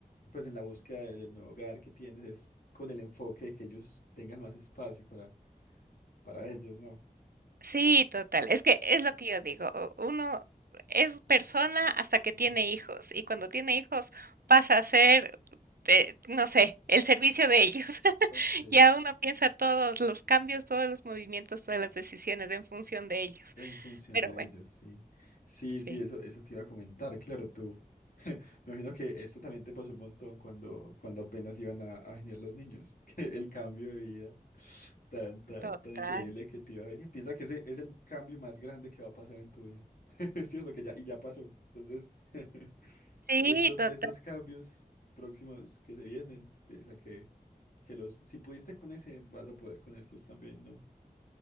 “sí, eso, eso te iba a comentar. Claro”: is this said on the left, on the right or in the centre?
Left